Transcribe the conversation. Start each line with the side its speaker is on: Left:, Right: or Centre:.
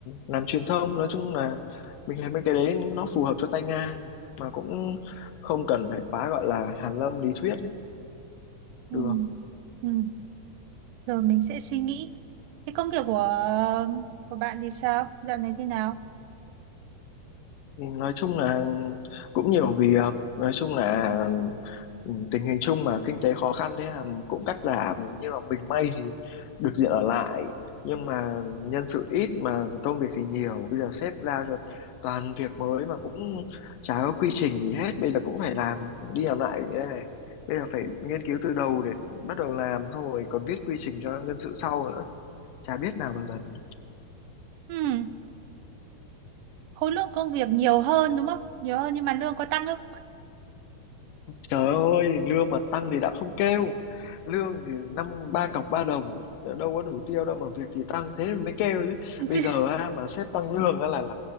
Left: làm truyền thông nói chung là mình thấy mấy cái đấy nó phù hợp cho tay ngang mà cũng không cần phải quá gọi là hàn lâm lý thuyết ấy.
Right: Ừ.
Left: được
Right: Ừ. Rồi mình sẽ suy nghĩ. Cái công việc của của bạn thì sao? Dạo này thế nào?
Left: nói chung là cũng nhiều việc nói chung là ừ, tình hình chung mà kinh tế khó khăn thế là cũng cắt giảm nhưng mà mình may thì được diện ở lại nhưng mà nhân sự ít mà công việc thì nhiều bây giờ sếp giao cho toàn việc mới mà cũng chả có quy trình gì hết bây giờ cũng phải làm đi làm lại như thế này bây giờ phải nghiên cứu từ đầu để bắt đầu làm xong rồi còn viết quy trình cho nhân sự sau nữa chả biết nào mà lần
Right: Ừ. Khối lượng công việc nhiều hơn đúng không? Nhiều hơn nhưng mà lương có tăng không?
Left: Trời ơi, lương mà tăng thì đã không kêu. Lương thì năm ba cọc ba đồng, đâu có đủ tiêu đâu mà việc thì tăng thế mới kêu chứ.
Right: <laughs>
Left: Bây giờ á, mà sếp tăng lương á là, là